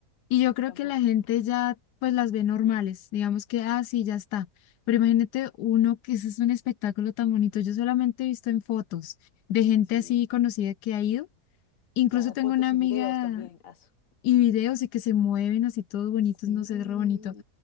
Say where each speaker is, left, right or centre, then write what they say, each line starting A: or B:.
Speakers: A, on the left (about 85°); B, on the left (about 55°).
A: Y yo creo
B: Tampoco.
A: que la gente ya pues las ve normales, digamos que, ah, sí, ya está. Pero imagínate uno que ese es un espectáculo tan bonito. Yo solamente he visto en fotos de gente
B: Sí,
A: así conocida que ha ido. Incluso
B: claro,
A: tengo
B: fotos
A: una amiga
B: y videos también. asu.
A: y videos y que se mueven así todos bonitos,
B: Sí,
A: no sé, es re bonito.